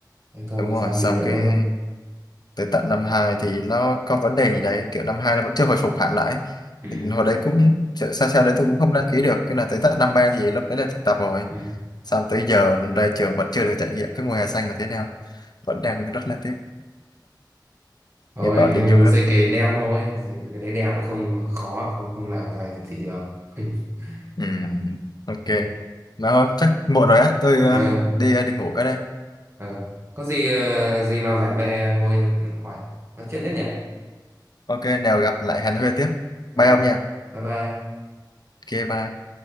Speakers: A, on the right (about 35°); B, on the left (about 60°).
A: thế thôi
B: Đúng rồi,
A: sao không
B: xong
A: đi nữa
B: cái
A: đúng không?
B: tới tận năm 2 thì nó có vấn đề gì đấy kiểu năm 2 nó vẫn chưa hồi phục hẳn lại
A: Ừ.
B: Thì hồi đấy cũng sao sao đấy tôi cũng không đăng ký được cái là tới tận năm 3 thì lúc đấy là thực tập rồi
A: Ừ.
B: xong tới giờ ra trường vẫn chưa được trải nghiệm cái mùa hè xanh là thế nào vẫn đang rất là tiếc
A: Thôi
B: nghe bảo đi vui
A: dịch
B: lắm
A: cái đen thôi, dịch cái đấy đen nó không khó, không không làm ra gì, gì được. <laughs>
B: ừ, ok mà thôi chắc muộn rồi á tôi ờ,
A: Ờ
B: đi ờ, đi ngủ cái đây
A: Ờ, Có gì ờ, gì nào rảnh lại ngồi hỏi nói chuyện tiếp nhỉ?
B: ok nào gặp lại Hàn Huyên tiếp
A: Ờ,
B: bye ông nha
A: Bye bye.
B: ok bye